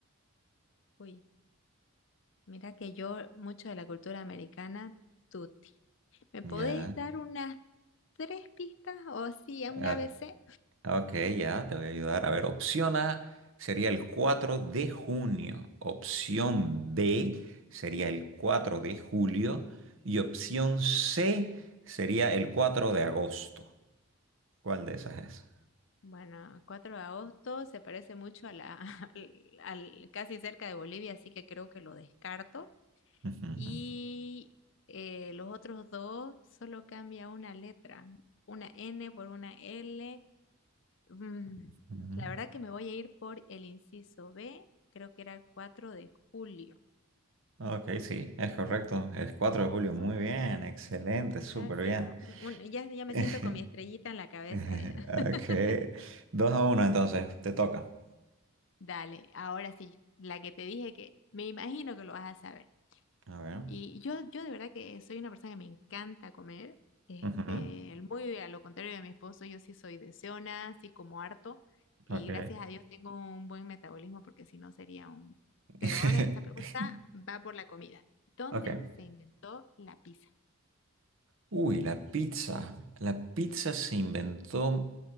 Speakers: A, on the left; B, on the right.
A: Uy, mira que yo mucho de la cultura americana, tuti. ¿Me podés
B: Ya,
A: dar unas tres pistas o sí, un
B: ok.
A: ABC?
B: Ok, ya, te voy a ayudar. A ver, opción A sería el 4 de junio, opción B sería el 4 de julio y opción C sería el 4 de agosto. ¿Cuál de esas es?
A: Bueno, cuatro de agosto se parece mucho a la, <laughs> al, al- casi cerca de Bolivia, así que creo que lo descarto.
B: Ujú,
A: Y eh, los otros dos solo cambia una letra, una N por una L. Mm,
B: ujú.
A: la verdad que me voy a ir por el inciso B, creo que era el 4 de julio.
B: Ok, sí, es correcto. El 4 de julio, muy
A: Súper,
B: bien, excelente, súper
A: gracias.
B: bien.
A: Un- un- ya, ya
B: <laughs>
A: me siento con mi estrellita en la cabeza
B: Ok,
A: ya. <laughs>
B: 2 a uno, entonces, te toca.
A: Dale, ahora sí, la que te dije que me imagino que lo vas a saber.
B: A ver.
A: Y yo, yo de verdad que soy una persona que me encanta comer. Este,
B: Ujú,
A: muy a lo contrario de mi esposo, yo sí soy deseona, así como harto. Y
B: Ok.
A: gracias a Dios tengo un buen metabolismo porque si no sería un...
B: <laughs>
A: Pero ahora esta pregunta va por la comida. ¿Dónde
B: Ok.
A: se inventó la pizza?
B: Uy, la pizza. La pizza se inventó,